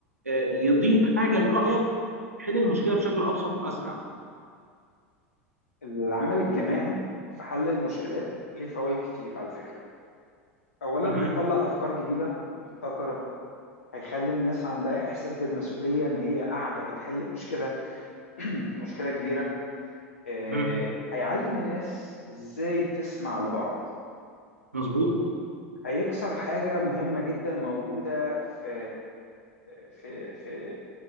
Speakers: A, on the right; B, on the left.
A: آه، يضيف حاجه لرايك تحل المشكله بشكل ابسط واسرع
B: العمل الجماعي في حل المشكلات ليه فوائد كتير على فكرة اولا
A: مهم.
B: هيطلع افكار جديدة مبتكرة هيخلي الناس عندها احساس بالمسؤولية ان هي قاعدة بتحل مشكلة <clears throat> مشكلة كبيرة آه،
A: مهم.
B: هيعلم الناس ازاي تسمع لبعض
A: مظبوط
B: هيكسر حاجة مهمة جدا موجودة في في في